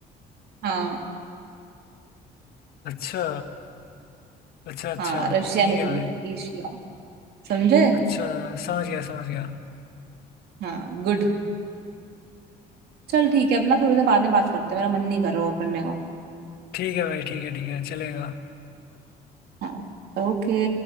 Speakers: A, on the right; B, on the left.
A: हाँ
B: अच्छा अच्छा अच्छा
A: हाँ रशिया
B: ठीक
A: नहीं
B: है भाई
A: है एशिया समझे
B: अच्छा समझ गया समझ गया
A: हाँ गुड चल ठीक है अपना थोड़ी देर बाद में बात करते हैं मेरा मन नहीं कर रहा और करने का
B: ठीक है भाई ठीक है ठीक है चलेगा
A: हाँ ओके